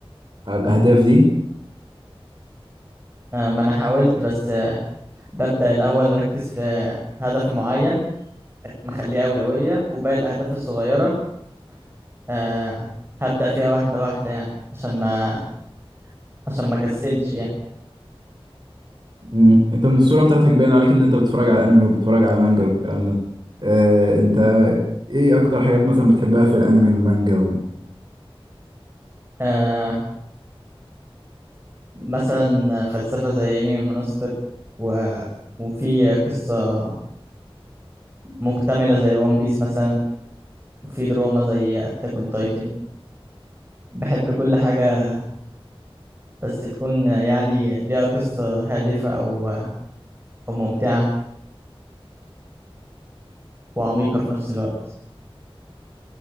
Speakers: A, on the right (about 50°); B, on the right (about 25°).
A: على الأهداف دي
B: آه، ما أنا حاولت بس آه، ببدأ الأول أركز في هدف معين مخليه أولوية وباقي الأهداف الصغيرة آه، هبدأ فيها واحدة واحدة يعني عشان ما عشان ما كسلش يعني
A: مم. انت من الصورة بتاعتك باين عليك ان انت بتتفرج على انمي وبتتفرج على مانجا والكلام ده اه انت ايه اكتر حاجات مثلا بتحبها في الانمي والمانجا و...
B: آه، مثلا فلسفة زي انمي مونستر و... وفي قصة مكتملة زي ون بيس مثلا وفي دراما زي اتاك اون تايتن بحب كل حاجة بس تكون يعني ليها قصة هادفة أو أو ممتعة وعميقة في نفس الوقت